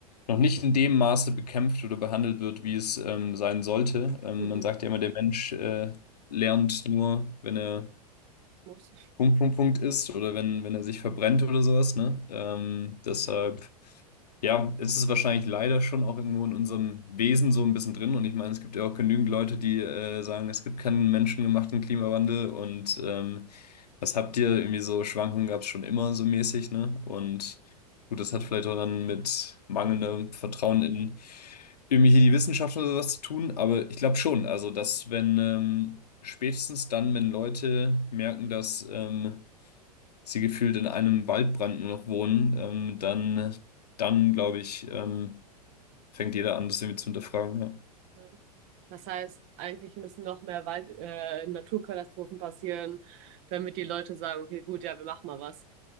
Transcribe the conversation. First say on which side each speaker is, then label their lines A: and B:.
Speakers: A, on the left (about 75°); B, on the right (about 50°).
A: noch nicht in dem Maße bekämpft oder behandelt wird, wie es ähm, sein sollte. Ähm,
B: Mhm.
A: man sagt ja immer, der Mensch äh, lernt nur, wenn er
B: Muss.
A: Punkt, Punkt, Punkt ist oder wenn, wenn er sich verbrennt oder sowas, ne? Ähm, deshalb, ja, ist es wahrscheinlich leider schon auch irgendwo in unserem Wesen so ein bisschen drin. Und ich meine, es gibt ja auch genügend Leute, die äh, sagen, es gibt keinen menschengemachten Klimawandel und ähm, was habt ihr? Irgendwie so Schwankungen gab es schon immer so mäßig, ne? Und gut, das hat vielleicht auch dann mit mangelndem Vertrauen in irgendwie hier die Wissenschaft oder was zu tun, aber ich glaube schon, also dass wenn ähm, spätestens dann, wenn Leute merken, dass ähm, sie gefühlt in einem Waldbrand nur noch wohnen, ähm, dann, dann glaube ich, ähm, fängt jeder an, das irgendwie zu hinterfragen. Ja.
B: Ja. Das heißt, eigentlich müssen noch mehr Wald, äh, Naturkatastrophen passieren, damit die Leute sagen, okay, gut, ja, wir machen mal was.